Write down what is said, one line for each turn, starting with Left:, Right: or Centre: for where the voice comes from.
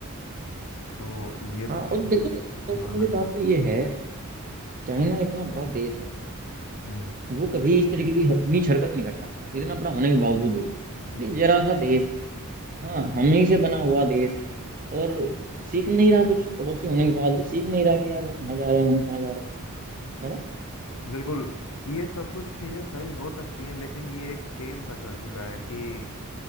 Left: तो ये तो
Right: हाँ
Left: बिल्कुल
Right: और देखो सबसे
Left: उलाहना
Right: बड़ी
Left: की बात
Right: बात तो
Left: है
Right: ये है चाइना इतना बड़ा देश है
Left: हम्म
Right: वो कभी इस तरीके की नीच हरकत नहीं करता इतना बड़ा होने के बावजूद भी
Left: बिल्कुल
Right: ये जरा सा देश हाँ हम ही से बना हुआ देश और सीख नहीं रहा कुछ पड़ोसी होने के बाद भी सीख नहीं रहा कि यार वो कहाँ जा रहे हैं हम कहाँ जा रहे हैं है ना
Left: बिल्कुल ये सब कुछ चीजें सही हो सकती हैं लेकिन ये एक चेन सा चल चुका है कि